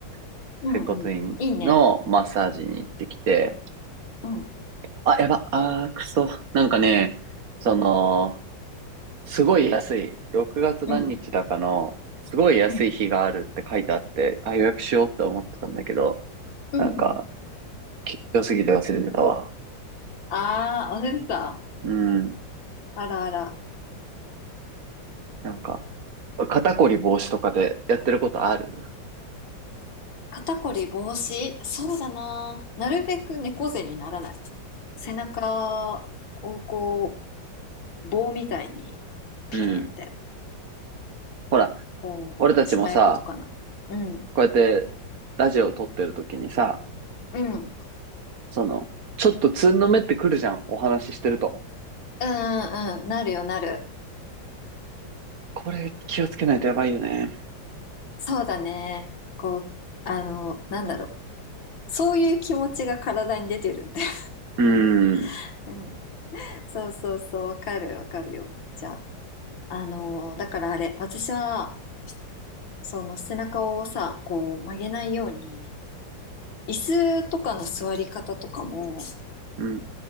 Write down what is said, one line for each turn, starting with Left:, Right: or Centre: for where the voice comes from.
Right: う。
Left: うんうん。
Right: 整骨院のマッサージに行ってきて、
Left: いいね。うん
Right: あ、やば、あー、くそ。なんかね、その、すごい安い、6月何日だかの、
Left: うん
Right: すごい安い日があるって書いてあって、
Left: うん
Right: あ、予約しようって思ってたんだけど、
Left: うんうん。
Right: なんか、緊張すぎて忘れてたわ。
Left: あー、忘れてた。
Right: うん。
Left: あらあら。
Right: なんか、肩こり防止とかでやってることある
Left: うん肩こり防止そうだな。なるべく猫背にならない。背中をこ棒みたいにピーンって
Right: うん。ほら、
Left: こうしないことかな。
Right: 俺たちもさ、
Left: うん。
Right: こうやってラジオを撮ってる時にさ、
Left: うん。うんう
Right: その、ちょっとつんのめってくるじゃん、お話ししてると。
Left: んうんなるよなる。
Right: これ気をつけないとやばいよね。
Left: そうだね。こう、あの、なんだろう。そういう気持ちが体に出てるんだよ。
Right: うーん、
Left: <laughs> うん。そうそうそう。わかるわかるよ。じゃあ。あの、だからあれ、私は、その背中をさ、こう曲げないように、椅子とかの座り方とかも、
Right: うん、